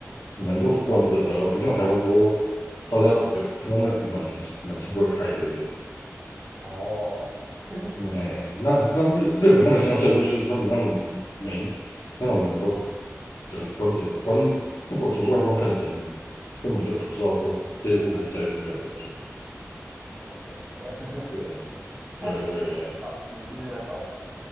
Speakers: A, on the left (about 85°); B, on the right (about 40°).
A: 门都是关着的哦，不像台湾说大家有他那门门是会开着的。
B: 哦，<laughs> 很
A: 哎，
B: 有趣。
A: 那那日日本那个乡下就是他们那个每那个门都是整个关着的，关那个从外观看起来你根本就不知道说这一户人家有没有人住。
B: 那么神奇哦。<laughs>
A: 对
B: 它它的房子是那种
A: 对对，